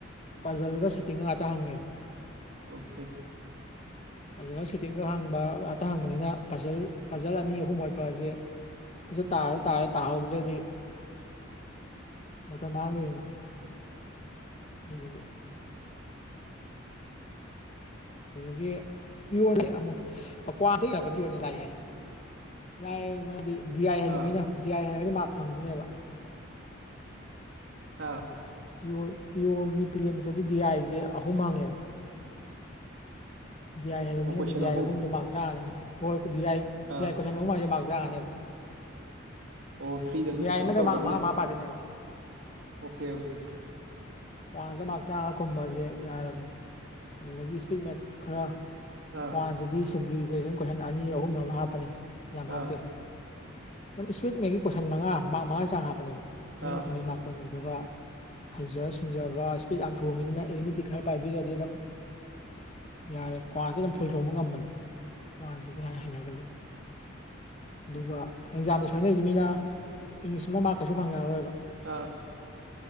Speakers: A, on the left; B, on the right.
A: ꯄꯥꯖꯜꯒ ꯁꯤꯠꯇꯤꯡꯒ ꯉꯥꯛꯇ ꯍꯪꯉꯦꯕ
B: ꯑꯣꯀꯦ
A: ꯐꯖꯅ ꯁꯤꯠꯇꯤꯡꯒ ꯍꯡꯕ ꯉꯥꯛꯇ ꯍꯡꯕꯅꯤꯅ ꯄꯖꯜ ꯄꯖꯜ ꯑꯅꯤ ꯑꯍꯨꯝ ꯌꯥꯠꯄꯁꯦ ꯐꯖꯅ ꯇꯥꯔꯗꯤ ꯇꯥꯔꯦ ꯇꯥꯍꯧꯗ꯭ꯔꯗꯤ
B: ꯍ <unintelligible>
A: ꯃꯇꯝ ꯃꯥꯡꯗꯣꯏꯅꯤꯅ ꯑꯗꯨꯗꯨꯒꯤ ꯑꯗꯨꯗꯒꯤ ꯄꯤ ꯑꯣꯁꯦ ꯑꯃꯨꯛꯁꯨ ꯀꯋꯥꯟꯇ ꯍꯡꯉꯛꯄ ꯑꯣꯏꯅꯗꯤ ꯂꯥꯏ ꯍꯥꯏ ꯂꯥꯏ ꯃꯔꯝꯗꯤ D I ꯍꯩꯔꯤꯕꯅꯤꯅ
B: ah
A: D I ꯍꯩꯔꯒꯗꯤ mark ꯐꯪꯗꯣꯏꯅꯦꯕ
B: ꯑꯥ
A: ꯄꯤ ꯑꯣ ꯄꯤ ꯑꯣꯒꯤ ꯄ꯭ꯔꯤꯂꯤꯝꯁ ꯇꯗꯤ ꯗꯤ ꯑꯥꯏꯁꯦ ꯑꯍꯨꯝ ꯍꯪꯉꯦꯕ ꯗꯤ ꯑꯥꯏ ꯍꯥꯏꯕ
B: ꯑꯣ
A: ꯃꯤꯅ
B: ꯀꯣꯏꯁꯟ
A: ꯗꯤ ꯑꯥꯏ
B: ꯑꯍꯨꯝ
A: ꯑꯍꯨꯝꯗꯣ ꯃꯥꯛ ꯇ꯭ꯔꯥꯅꯤꯅ ꯍꯣꯏ ꯗꯤ ꯑꯥꯏ ꯗꯤ
B: ꯑꯥ
A: ꯑꯥꯏ ꯀꯣꯏꯁꯟ ꯑꯍꯨꯝ ꯍꯥꯁ‌ꯦ ꯃꯥꯛ ꯇ꯭ꯔꯥꯉꯥꯅꯦꯕ
B: ꯑꯣ ꯐ꯭ꯔꯤꯗ ꯑꯗꯨꯝ
A: ꯗꯤ ꯌꯥꯏ
B: ꯀꯩꯅꯣ
A: ꯑꯃꯗ
B: ꯇꯧꯒꯅꯤ
A: ꯃꯥꯛ ꯃꯥꯉꯥ ꯃꯉꯥ ꯄꯥꯗ‌ꯣꯏꯅꯦꯕ
B: ꯑꯣꯀꯦ ꯑꯣꯀꯦ
A: ꯑꯦꯗꯚꯟꯁꯇ ꯃꯥꯛ ꯇ꯭ꯔꯥꯉꯥ ꯈꯨꯝꯕ ꯍꯥꯏꯁꯦ ꯌꯥꯔꯕꯅꯤ ꯑꯗꯨꯗꯒꯤ ꯏꯁꯄꯤꯠ ꯃꯦꯠ ꯈꯔ
B: ꯑꯥ
A: ꯀ꯭ꯋꯥꯟꯁꯤꯗꯤ ꯁꯦꯝꯕ꯭ꯂꯤ ꯒ꯭ꯔꯦꯖꯨꯟ ꯀꯣꯏꯁꯟ ꯑꯅꯤ ꯑꯍꯨꯝ ꯑꯃ ꯍꯥꯞꯄꯅꯤ ꯌꯥꯝ
B: ꯑꯥ
A: ꯍꯥꯞꯇꯦ ꯑꯗꯨ ꯏꯁꯋꯤꯠ ꯃ‌ꯦꯠꯒꯤ ꯀꯣꯏꯁꯟ ꯃꯉꯥ ꯃꯥꯛ ꯃꯉꯥꯏ ꯆꯥꯡ ꯍꯥꯞꯄꯅꯦꯕ ꯑꯗꯨꯃꯛ
B: ꯑꯥ
A: ꯀꯨꯝꯕꯤ ꯃꯥ ꯀꯨꯟ ꯑꯗꯨꯒ ꯍꯩꯖꯥ ꯁꯤꯡ ꯁꯤꯡꯖꯕ ꯏꯁꯄꯤꯠ ꯌꯥꯝ ꯊꯨꯕ ꯃꯤꯗꯨꯅ ꯑꯦꯔꯤꯠꯃ‌ꯦꯇꯤꯛ ꯈꯔ ꯄꯥꯏꯕꯤꯔꯗꯤ ꯑꯗꯨꯝ ꯌꯥꯔꯦ ꯀ꯭ꯋꯥꯁꯤ ꯑꯗꯨꯝ ꯐꯨꯜ ꯇꯧꯕ ꯉꯝꯕꯅꯤ ꯀ꯭ꯋꯥꯁꯤꯗꯤ ꯍꯥꯏ ꯍꯩꯅꯈ꯭ꯔꯗꯤ ꯑꯗꯨꯒ ꯑꯦꯛꯖꯥꯝꯗ ꯁꯣꯏꯅꯔꯤꯁꯤ ꯃꯤꯅ ꯏꯪꯂꯤꯁ ꯑꯃ ꯃꯥꯔꯛ ꯀꯩꯁꯨ ꯐꯪꯅꯔꯣꯏꯕ
B: ꯑꯥ